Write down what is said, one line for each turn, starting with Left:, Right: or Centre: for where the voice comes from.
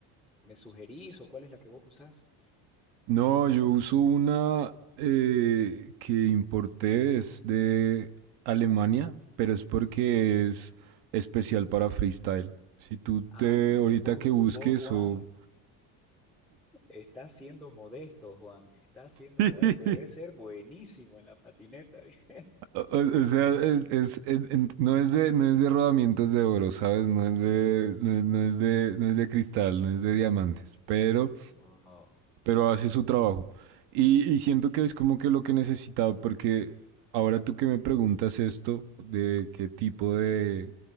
Centre: me sugerís o cuál es la que vos usás?
Right: No, yo uso una eh, que importé, es de Alemania, pero es porque es especial para freestyle. Si tú
Centre: Ah,
Right: te
Centre: no.
Right: ahorita
Centre: Vos,
Right: que busques
Centre: vos, Juan,
Right: o...
Centre: Está siendo modesto, Juan. Está siendo
Right: <laughs>
Centre: modesto.
Right: Sí.
Centre: Debe ser buenísimo en la patineta. <laughs>
Right: O, o o sea, es, es- en- en- no es de, no es de rodamientos de oro, ¿sabes? No es de, no, es no
Centre: Ah,
Right: es de, no es de cristal, no es de diamantes, pero
Centre: wow.
Right: pero hace su trabajo. Y, y siento que es como que lo que necesitaba, porque ahora tú que me preguntas esto, de qué tipo de,